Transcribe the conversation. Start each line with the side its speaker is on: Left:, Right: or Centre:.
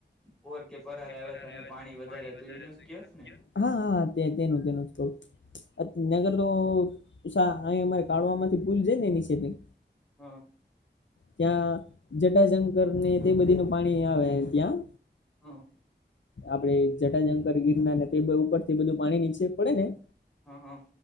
Centre: પોર
Left: ઉપર
Centre: પરાર
Left: કે છે
Centre: આવ્યા
Left: પરાણે
Centre: હતા અને
Left: પાણી
Centre: હતું
Left: વધારે
Centre: એનું
Left: એ
Centre: જ
Left: તેનું
Centre: કયો ને
Left: કિયોંને હા હા તેતે તેનુંજ તો <unintelligible> તો અહી અમારે કાઢવા મા થી ભૂલ જાય ને એની સેટિંગ
Centre: હા
Left: ત્યાં જટાશંકર ને તે બધી નુ પાણી આવે ત્યાં
Centre: હ
Left: આપણેે જટાજંકર ગીરના ને તે ઉપર થી બધું પાણી નીચે પડે ને
Centre: હા હા